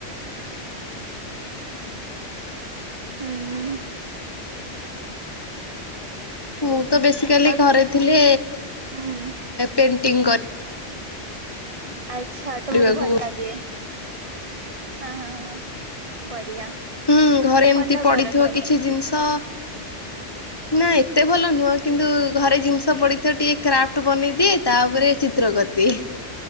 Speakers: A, on the right (about 30°); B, on the left (about 20°).
A: ହ <inaudible> ହୁଁ।
B: ମୁଁ ତ ବେସିକାଲି
A: ଆଉ
B: ଘରେ ଥିଲି
A: ହୁଁ
B: ପେଣ୍ଟିଂ କରି।
A: ଆଚ୍ଛା
B: କରିବାକୁ
A: ତମକୁ ଭଲ ଲାଗେ? ହଁ ହଁ ହଁ। ବଢିଆ
B: ହୁଁ ଘରେ
A: ଭଲ
B: ଏମତି ପଡିଥିବ
A: କର ତମେ
B: କିଛି ଜିନିଷ ନାଁ ଏତେ ଭଲ ନୁହଁ କିନ୍ତୁ ଘରେ ଜିନିଷ ପଡିଥିବ ଟିକେ କ୍ରାଫ୍ଟ ବନେଇଦିଏ ତାପରେ ଚିତ୍ର କରିଦିଏ।